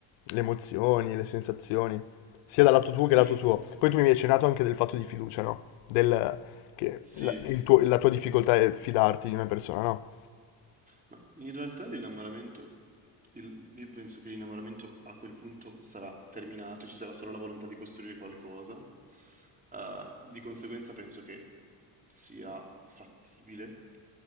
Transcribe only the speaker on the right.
E-
Sì.
Ma in realtà l'innamoramento, il- io penso che l'innamoramento a quel punto sarà terminato, ci sarà solo la volontà di costruire qualcosa. Eh, di conseguenza penso che sia fattibile,